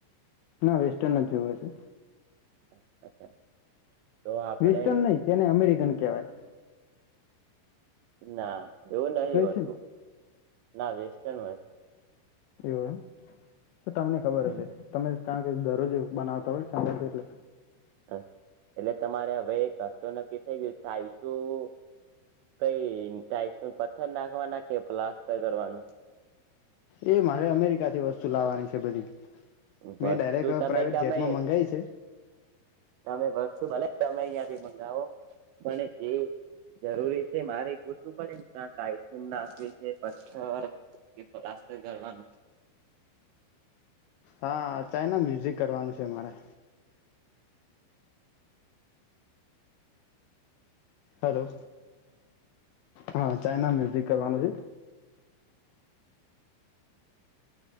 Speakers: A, on the left; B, on the right.
A: ના વેસ્ટર્ન જ જોવે છે.
B: અ અચ્છા તો આપણે
A: વિસ્ટન નહી તેને અમેરિકન કેવાય
B: ના એવું નહિ હોતું
A: છે ને
B: ના વેસ્ટન હોય
A: એવ તો તમને ખબર
B: હમ
A: હશે તમે કારણ કે દરરોજ બનાવ તમે <unintelligible> એટલે
B: થાય એટલે તમારે હવે તો નક્કી થઈ ગયું થાઇસું કઈ ટાઈસ પથ્થર નાખવાના કે પ્લાસ્ટતર કરવાનું
A: એ મારે અમેરિકા થી વસ્તુ લાવવાની છે બધી મેં
B: વસ્તુ
A: ડાયરેક્ટ
B: તમે
A: પ્રઇવેટ
B: ગમે
A: જેટમાં મંગાઈ છે.
B: તમે વસ્તુ ભલે તમે અહિયાં થી મંગાવો પણ જે જરૂરી છે મારે પૂછવું પડે કટમ નાખવી છે પથ્થર કે પલાસ્ટર કરવાનું
A: હા ચાઈના મ્યુઝિક કરવાનું છે મારે. હેલો હા ચાઈના મ્યુઝિક કરવાનું છે.